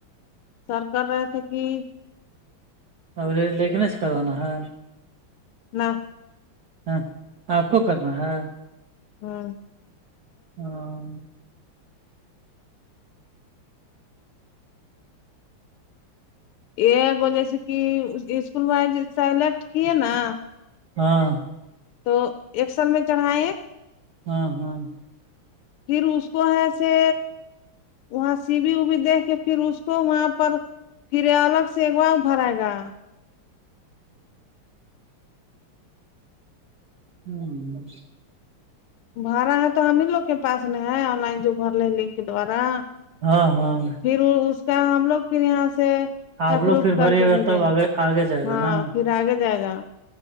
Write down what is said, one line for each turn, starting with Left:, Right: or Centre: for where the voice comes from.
Left: سرکار ر تھ کی
Right: اب لیکن سے کرانا ہے
Left: نہ
Right: ہاں آپ کو کرنا ہے
Left: ہاں
Right: ہاں
Left: یہگو جیسے کہ اسکول میں سلیکٹ کیے نا
Right: ہاں
Left: تو ایکسر میں چڑھائےیں
Right: ہاں ہاں
Left: پھر اس کو ہے سے وہاں سی بی ابی دے کے پھر اس کو وہاں پر پھر الگ سے ایک بار بھرائے گا
Right: ہوں
Left: بھر رہا ہے تو ہم ہی لوگ کے پاس نہیں ہے آن لائن جو بھر لے لنک کے دوارا
Right: ہاں ہاں
Left: پھر اس کا ہم لوگ پھر یہاں سے
Right: آپ
Left: اپروو
Right: لوگ پھر
Left: کر
Right: بھریے
Left: کے
Right: گا
Left: بھیجیں
Right: تب
Left: گے
Right: آگے آگے جائے گا
Left: ہاں
Right: نا
Left: پھر آگے جائے گا